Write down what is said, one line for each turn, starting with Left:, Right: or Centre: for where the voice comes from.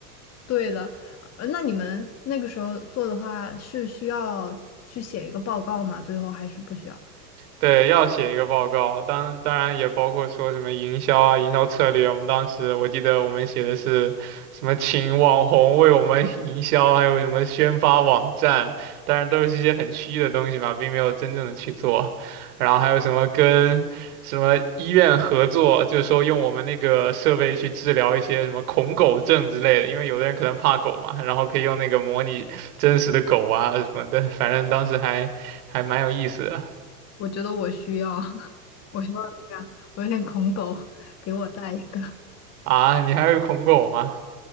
Left: 对的，呃那你们那个时候做的话是需要去写一个报告吗？最后还是不需要？
Right: 对，要写一个报告，当当然也包括说什么营销啊、营销策略。我们当时我记得我们写的是什么，请网红为我们 <laughs> 营销，还有什么宣发网站，当然都是一些很虚的东西嘛，并没有真正的去做。然后还有什么跟什么医院合作，就是说用我们那个设备去治疗一些什么恐狗症之类的，因为有的人可能怕狗嘛，然后可以用那个模拟真实的狗啊什么的，反正当时还还蛮有意思的。
Left: 我觉得我需要，<laughs> 我需要这样，我有点恐狗，<laughs> 给我带一个。
Right: 啊，你还会恐狗吗？